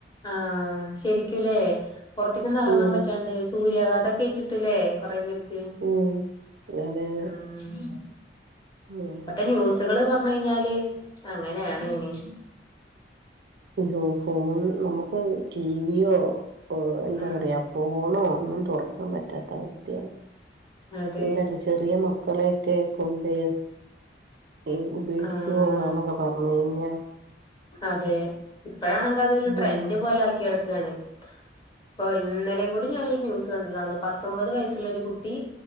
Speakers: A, on the left; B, on the right.
A: ആഹ് ശരിക്കൂല്ലേ? പൊറത്തിക്കൊന്നും എറങ്ങാം
B: ഉം
A: പറ്റാണ്ട് സൂര്യാഘാതൊക്കെ ഏറ്റ്ട്ട്ല്ലേ കൊറേ പേർക്ക് ക്ക്
B: ഉം അതെ അതെ
A: ആഹ്
B: ഉം
A: ഇപ്പത്തെ ന്യൂസ് കള് പറഞ്ഞഴിഞ്ഞാല് അങ്ങനേണയിന്
B: അയ്യോ ഫോൺ നമുക്ക് ടിവിയോ ഓഹ് എന്താ
A: ഉം
B: പറയാ ഫോണോ, ഒന്നും തൊറക്കാൻ പറ്റാത്ത അവസ്ഥയാ
A: അതെ
B: എന്താലെ? ചെ റിയ മക്കളെയെക്കെ കൊണ്ട് ഈ ഉപേക്ഷിച്ചു
A: ആഹ്
B: പോവാന്നൊക്കെ പറഞ്ഞ്ഴിഞ്ഞാ
A: അതെ ഇപ്പഴാണെങ്കി അതൊരു ട്രെൻഡ്
B: ഉം
A: പോലെ ആക്കി നടക്കാണ് ഇപ്പൊ ഇന്നലേം കൂടി ഞാനൊരു ന്യൂസ് കണ്ട് ണ്ടാര്ന്ന് പത്തൊമ്പത് വയസ്സുള്ളൊരു കുട്ടി